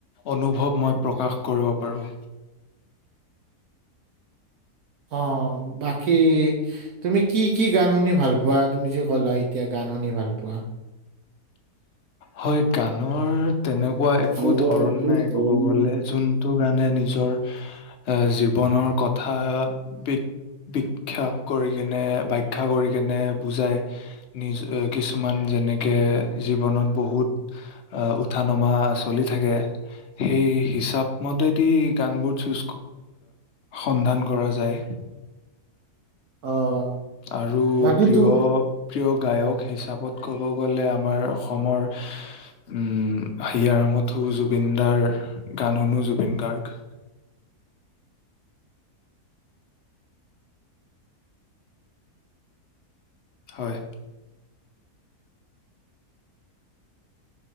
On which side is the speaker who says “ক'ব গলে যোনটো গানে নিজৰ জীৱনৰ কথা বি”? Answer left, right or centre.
Left